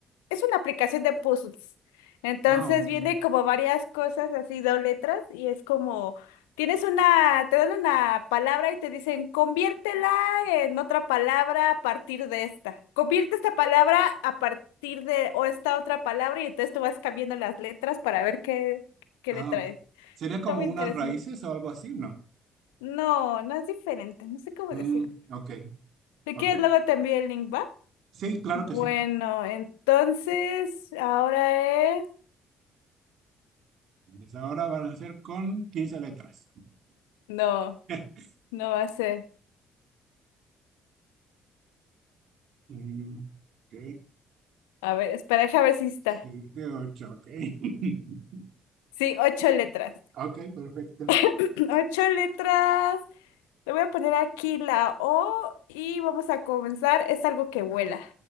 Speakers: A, on the left; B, on the right.
A: es una aplicación de puzzles. Entonces
B: Ah, ok.
A: viene como varias cosas así, dos letras, y es como, tienes una, te dan una palabra y te dicen, conviértela en otra palabra a partir de esta. Convierte esta palabra a partir de, o esta otra palabra, y entonces tú vas cambiando las letras para ver qué, qué
B: Ah,
A: le traes.
B: ok. Sería como
A: Está muy
B: unas
A: interesante.
B: raíces o algo así, ¿no?
A: No, no es diferente, no sé cómo
B: Mm,
A: decirlo.
B: ok,
A: Si
B: ok.
A: quieres, luego te envío el link, ¿va?
B: Sí, claro
A: Bueno,
B: que sí.
A: entonces, ahora es...
B: Pues ahora van a ser con quince letras.
A: No.
B: <laughs>
A: No va a ser.
B: Mm, ok,
A: A ver, espera, déjame ver si está.
B: 7, 8, ok. <laughs>
A: Sí, ocho letras.
B: Ok, perfecto.
A: <clears throat> Ocho letras. Le voy a poner aquí la O y vamos a comenzar. Es algo que vuela.